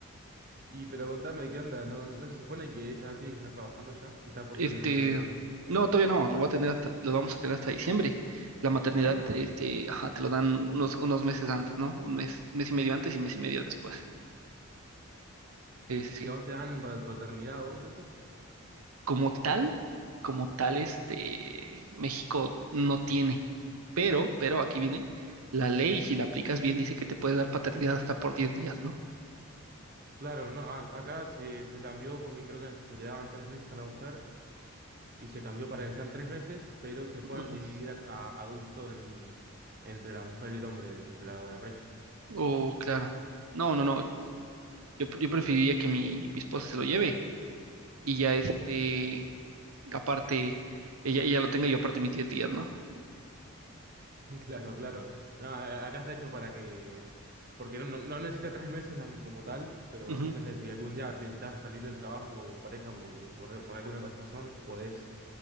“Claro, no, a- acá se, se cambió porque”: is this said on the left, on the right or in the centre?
Right